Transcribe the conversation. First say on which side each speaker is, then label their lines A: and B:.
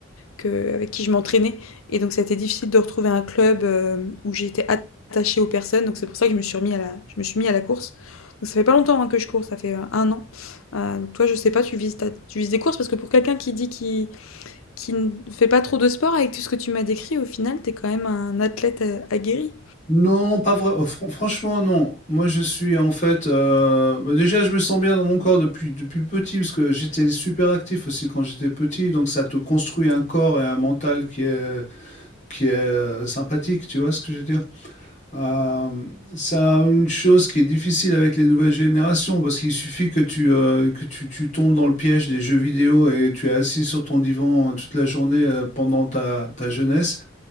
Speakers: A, on the left; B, on the left.
A: que, avec qui je m'entraînais. Et donc, ça a été difficile de retrouver un club euh, où j'étais at- attachée aux personnes. Donc, c'est pour ça que je me suis remis à la, je me suis mis à la course. Donc, ça fait pas longtemps hein, que je cours, ça fait euh, un an. Euh, donc, toi, je sais pas, tu vises, ta- tu vises des courses parce que pour quelqu'un qui dit qu'il qui ne fait pas trop de sport avec tout ce que tu m'as décrit, au final, t'es quand même un athlète euh, aguerri.
B: Non, pas vrai. euh, Fran- franchement, non. Moi, je suis en fait. euh, bah, déjà, je me sens bien dans mon corps depuis, depuis petit, parce que j'étais super actif aussi quand j'étais petit. Donc, ça te construit un corps et un mental qui est, qui est euh, sympathique. Tu vois ce que je veux dire? Euh, ça, une chose qui est difficile avec les nouvelles générations, parce qu'il suffit que tu, euh, que tu, tu tombes dans le piège des jeux vidéo et tu es assis sur ton divan toute la journée euh, pendant ta, ta jeunesse.